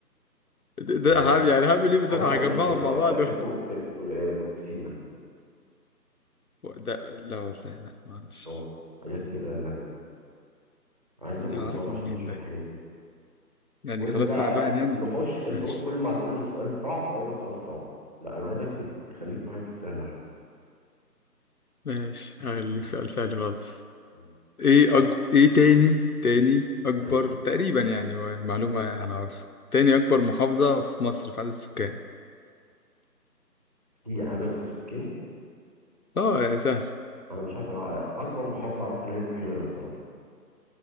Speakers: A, on the left; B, on the right.
A: ده ده
B: آه،
A: هعمل يعني هعمل ايه
B: خلاص
A: ده
B: هقول
A: هجمعهم
B: لك كلمة
A: مع بعض
B: آه، بقى
A: <laughs> و-
B: اسمه بر- آه، بروكسيما
A: و- ده لا والله لا ما اعرفش
B: اه حاجات كده عايزة منظار
A: اعرفه
B: عشان
A: منين
B: تشوف
A: ده
B: الحاجات دي
A: يعني
B: قول
A: خلاص
B: لي بقى
A: واحد واحد يعني
B: نخش انت
A: ماشي
B: بص كل ما هتقول لي سؤال صعب هقول لك سؤال صعب لا انا عايزك تيجي- تخليك معايا في السهل احسن
A: ماشي هخليك
B: مم.
A: سؤال سهل خالص
B: مم.
A: ايه أج... ايه تاني تاني اكبر
B: ايوه
A: تقريبا يعني المعلومة انا عارف تاني اكبر محافظة في مصر في عدد السكان
B: في عدد السكان
A: اه سهل
B: انا مش عارف انا اكبر محافظة اعرفها اللي هي البحيرة بصراحة